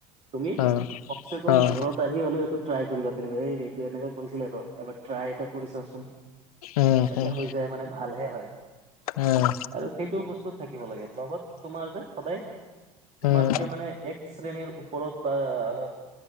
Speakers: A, on the right; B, on the left.
A: তুমি
B: অ',
A: কমচে কম
B: অ',
A: ঘৰত আহি হ'লে এইটো ট্ৰাই কৰিবা তেনেকুৱা, এই এইটো এনে কৰিছিলে ৰ' এবা চেষ্টা এটা কৰি চাওঁচোন।
B: উম,
A: এনেকুৱা
B: উম,
A: হৈ যায় মানে ভালহে হয়।
B: উম,
A: আৰু সেইটো বস্তু থাকিব লাগে, লগত তোমাৰ যে সদায় তোমাতকে
B: উম,
A: মানে এক শ্ৰেণীৰ ওপৰত বা অলপ